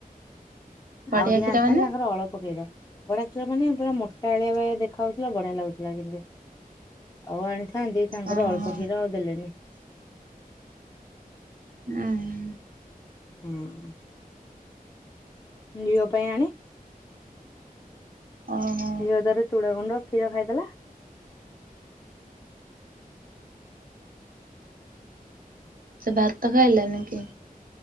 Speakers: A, on the right (about 70°); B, on the left (about 25°).
A: ବଢିଆ
B: ଆଉ ଟିକେ
A: କ୍ଷୀର
B: ଆଣିଥାନ୍ତି
A: ମାନେ
B: ତାଙ୍କର ଅଳପ କ୍ଷୀର। ବଢ଼ିଆ ଥିଲା ମାନେ ପୁରା ମୋଟାଳିଆ ଭଳିଆ ଦେଖା ହଉଥିଲା ବଢ଼ିଆ ଲାଗୁଥିଲା କିନ୍ତି। ଆଉ ଆଣିଥାନ୍ତି ତାଙ୍କର
A: ଓହୋ
B: ଅଳ୍ପ କ୍ଷୀର ଆଉ ଦେଲେନି।
A: ଉ ହୁଁ।
B: ହୁଁ। ଝିଅ ପାଇଁ ଆଣେ।
A: ଓହୋ
B: ଝିଅତାର ଚୁଡ଼ା ଗୁଣ୍ଡ କ୍ଷୀର ଖାଇଦେଲା।
A: ସେ ଭାତ ଖାଇଲାନି କି?